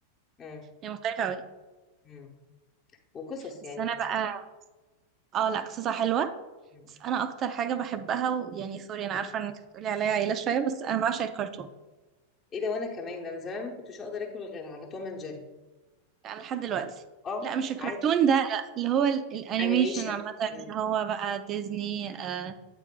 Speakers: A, on the left; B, on the right.
A: امم
B: هي مختلفة أوي
A: امم وقصص
B: بس
A: يعني
B: أنا بقى
A: قصص
B: اه لا قصتها حلوة
A: مم.
B: بس انا اكتر حاجه بحبها ويعني سوري انا عارفه انك هتقولي عليا عيله شويه بس انا بعشق الكرتون
A: ايه ده وانا كمان ده انا زمان ما كنتش اقدر اكل غير على توم اند جيري
B: انا لحد دلوقتي
A: اه
B: لا مش الكرتون
A: عادي
B: ده لا اللي هو ال- الانيميشن
A: انيميشن
B: عامه
A: مم.
B: اللي هو بقى ديزني آه